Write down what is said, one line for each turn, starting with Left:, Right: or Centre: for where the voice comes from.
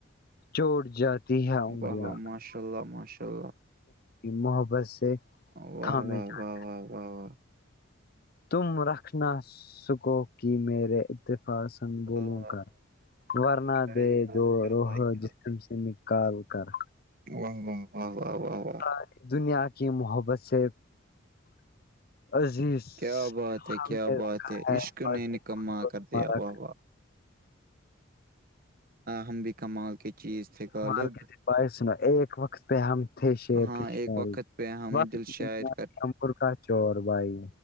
Left: چوٹ جاتی ہے انگلیاں
Right: واہ واہ ماشاء اللہ ماشاء اللہ
Left: محبت سے
Right: واہ
Left: تھامے
Right: واہ
Left: جات
Right: واہ واہ واہ واہ
Left: تم رکھنا سکو کہ میرے اتفاظ ن بولو
Right: واہ واہ
Left: کر
Right: واہ،
Left: ورنا
Right: شاعری
Left: دے
Right: بولتے
Left: دو
Right: ہو
Left: روح
Right: بھائی آپ
Left: جس <unintelligible> انقال کر
Right: <unintelligible>
Left: اری دنیا کی محبت سے عزیز
Right: کیا بات ہے
Left: ہم
Right: کیا
Left: نے رکھا
Right: بات ہے عشق
Left: فاتح
Right: نے نکما
Left: خود کو
Right: کر
Left: تمہارا
Right: دیا وواہ ہم بھیکمال کی چیز تھے غالب
Left: ال تھ ب سنو ایک وقت پہ ہم تھ شیر
Right: ہاں
Left: کے
Right: ایک
Left: شاری
Right: وقت پہ ہم
Left: باقی
Right: دل شاعر
Left: شمبر کا چور بھائی